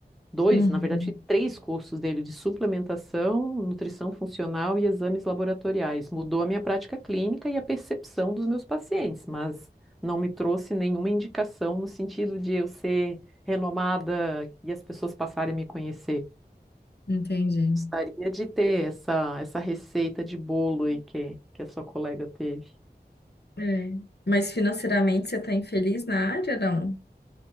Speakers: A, in the centre; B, on the left (about 75°).
A: dois,
B: Uhum,
A: na verdade, três cursos dele de suplementação, nutrição funcional e exames laboratoriais. Mudou a minha prática clínica e a percepção dos meus pacientes, mas não me trouxe nenhuma indicação no sentido de eu ser renomada e as pessoas passarem a me conhecer.
B: entendi.
A: Gostaria de ter essa, essa receita de bolo aí que, que a sua colega teve.
B: É. Mas financeiramente você está infeliz na área, não?